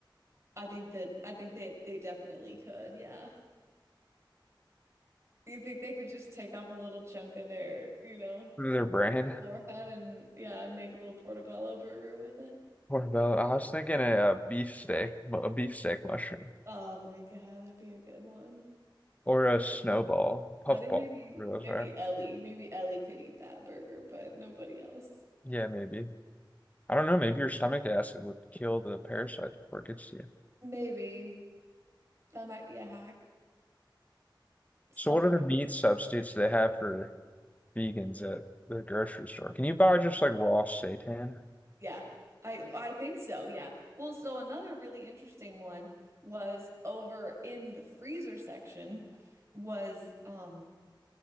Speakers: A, on the right; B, on the left.
A: I think that I think that they definitely could, yeah. You think they could just take off a little chunk of their, you know,
B: through their brain?
A: your forehead and yeah, and make a little portobello burger with it?
B: What about? I was thinking a, uh beef steak, mu- a beef steak mushroom,
A: Oh my God, that'd be a good one.
B: or a snowball, puffball.
A: I think maybe
B: whatever Those
A: maybe
B: are.
A: Ellie, maybe Ellie could eat that burger, but nobody else.
B: Yeah, maybe. I don't know. Maybe your stomach acid would kill the parasite before it gets to you.
A: Maybe that might be a hack. Stomach.
B: So, what other meat substitutes do they have for vegans at the grocery store? Can you buy just like raw seitan?
A: Yeah. I I think so. Yeah. Well, so another really interesting one was over in the freezer section was um